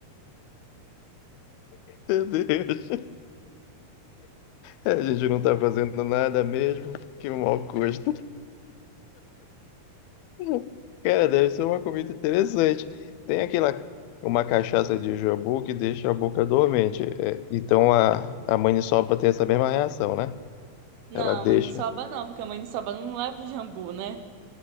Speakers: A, on the left; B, on the right.
A: Meu Deus. É, A gente não tá fazendo nada mesmo. Que mau gosto. <laughs> Cara, deve ser uma comida interessante. Tem aquela, uma cachaça de jambu que deixa a boca dormente. É, então a, a maniçoba tem essa mesma reação, né?
B: Não,
A: Ela deixa.
B: maniçoba não, porque a maniçoba não leva o jambu, né?